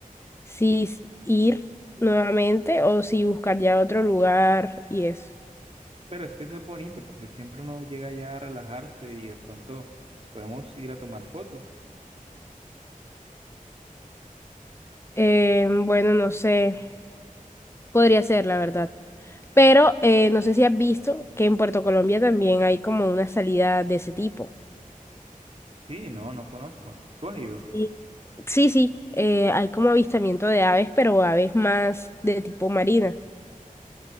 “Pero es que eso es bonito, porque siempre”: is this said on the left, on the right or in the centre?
Right